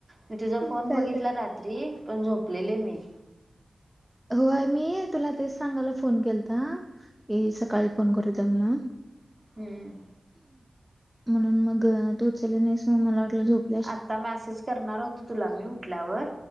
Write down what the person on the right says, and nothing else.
मी तुझा
फोन
बघितला रा त्री पण झोपलेले मी
हम्म
आता मॅसेज करणार होत तुला मी उठल्यावर